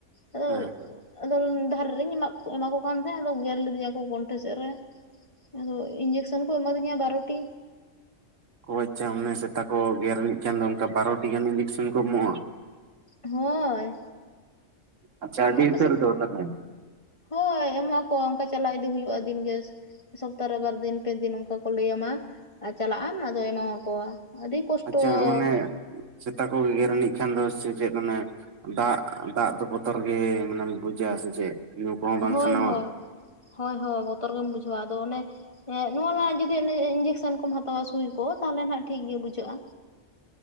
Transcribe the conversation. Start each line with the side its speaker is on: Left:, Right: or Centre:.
Left: ᱟᱫᱚ
Right: ᱦᱮᱸ
Left: ᱟᱫᱚ ᱫᱷᱟᱨᱮ ᱨᱤᱧ ᱮᱢᱟ ᱠᱚ ᱠᱟᱱ ᱛᱟᱦᱮᱸᱫ ᱟᱫᱚ ᱜᱮᱨ ᱞᱤᱫᱤᱧᱟ ᱠᱚ ᱜᱚᱱᱴᱷᱮ ᱥᱮᱫ ᱨᱮ, ᱟᱫᱚ ᱤᱧᱡᱮᱠᱥᱮᱱ ᱠᱚ ᱮᱢᱟᱫᱤᱧᱟ ᱵᱟᱨᱚᱴᱤ᱾
Right: <unintelligible> ᱥᱮᱛᱟ ᱠᱚ ᱜᱮᱨᱼᱟᱱᱤᱡ ᱠᱷᱟᱱ ᱫᱚ ᱚᱱᱠᱟ ᱵᱟᱨᱚᱴᱤ ᱜᱟᱱ ᱤᱧᱡᱮᱠᱥᱮᱱ ᱠᱚ ᱮᱢᱚᱜ-ᱟ?
Left: ᱦᱳᱭ
Right: ᱟᱪᱪᱷᱟ ᱟᱹᱰᱤ
Left: ᱟᱯᱮ
Right: ᱩᱛᱟᱹᱨ
Left: ᱥᱮᱫ
Right: ᱫᱚ ᱛᱟᱸᱦᱚᱞᱮ ᱾
Left: ᱦᱳᱭ ᱮᱢᱚᱜ ᱟᱠᱚ ᱚᱱᱠᱟ ᱪᱟᱞᱟᱣ ᱤᱫᱤ ᱦᱩᱭᱩᱜ-ᱟ ᱫᱤᱱ ᱜᱮ᱾ ᱥᱚᱯᱛᱟ ᱨᱮ ᱵᱟᱨ ᱫᱤᱱ ᱯᱮ ᱫᱤᱱ ᱚᱱᱠᱟ ᱠᱚ ᱞᱟᱹᱭ ᱟᱢᱟ ᱟᱨ ᱪᱟᱞᱟᱜ ᱟᱢ ᱟᱫᱚ ᱮᱢᱟ ᱢᱟᱠᱚ᱾ ᱟᱹᱰᱤ ᱠᱚᱥᱴᱚᱻ
Right: ᱟᱪᱪᱷᱟ ᱚᱱᱮ
Left: ᱾
Right: ᱥᱮᱛᱟ ᱠᱚ ᱜᱮᱜᱮᱨ ᱟᱹᱱᱤᱡ ᱠᱷᱟᱱ ᱫᱚ ᱥᱮ ᱪᱮᱫ ᱚᱱᱮ ᱫᱟᱜ ᱫᱟᱜ ᱫᱚ ᱵᱚᱛᱚᱨ ᱜᱮ ᱢᱟᱱᱮᱢ ᱵᱩᱡᱟ ᱥᱮ ᱪᱮᱫ? ᱧᱩ ᱠᱚᱦᱚᱸ
Left: ᱦᱳᱭ
Right: ᱵᱟᱝ ᱥᱟᱱᱟᱣᱟ
Left: ᱦᱳᱭ, ᱦᱳᱭ ᱦᱳᱭ ᱵᱚᱛᱚᱨ ᱜᱮᱢ ᱵᱩᱡᱷᱟᱹᱣᱟ ᱟᱫᱚ ᱚᱱᱮ ᱦᱮᱸ ᱱᱚᱣᱟ ᱢᱟ ᱡᱩᱫᱤ ᱤᱧᱡᱮᱠᱥᱮᱱ ᱠᱚᱢ ᱦᱟᱛᱟᱣᱟ ᱥᱩᱭ ᱠᱚ ᱛᱟᱦᱚᱞᱮ ᱱᱟᱜ ᱴᱷᱤᱠ ᱜᱮ ᱵᱩᱡᱷᱟᱹᱜ-ᱟ᱾